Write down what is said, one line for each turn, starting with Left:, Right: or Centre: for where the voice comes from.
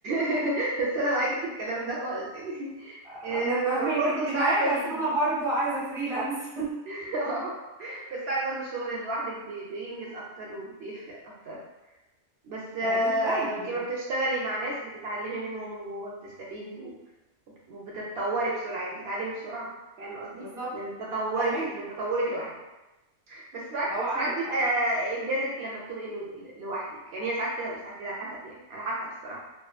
Right: <laughs> بس انا معاكي في الكلام ده خالص يعني
Centre: انا
Right: آه
Centre: فاهمك
Right: وبرضه
Centre: انت
Right: ساعات
Centre: معايا
Right: ال
Centre: بس انا برضو عايزة فريلانس
Right: <laughs> بس ساعات برضه الشغل لوحدك بي- بينجز اكتر وبيفرق اكتر بس
Centre: <laughs>
Right: آه
Centre: آه، مش دايما
Right: انت ما بتشتغلي مع ناس بتتعلمي منهم وبتستفيدي و- وب- وبتتطوري بسرعة يعني بتتعلمي بسرعة فاهمة قصدي
Centre: بالظبط
Right: من تطورك
Centre: فاهمك
Right: من تطورك لوحدك بس بعد
Centre: هو عندك
Right: ساعات بيبقى
Centre: حق
Right: انجازك لما بتبقي لو- لوحدك يعني هي ساعات كده وساعات كده على حسب يعني على حسب الصراحة